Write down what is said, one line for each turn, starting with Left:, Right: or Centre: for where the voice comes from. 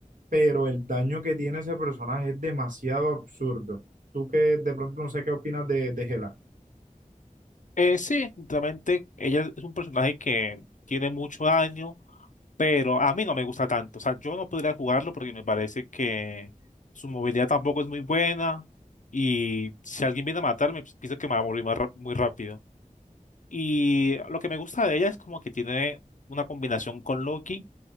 Right: pero el daño que tiene ese personaje es demasiado absurdo. Tú que de pronto no sé qué opinas de, de Hela.
Left: Eh, sí, realmente ella es un personaje que tiene mucho daño, pero a mí no me gusta tanto. O sea, yo no podría jugarlo porque me parece que su movilidad tampoco es muy buena y si alguien viene a matarme, pues, pienso que me va a morir más ra- muy rápido. Y lo que me gusta de ella es como que tiene una combinación con Loki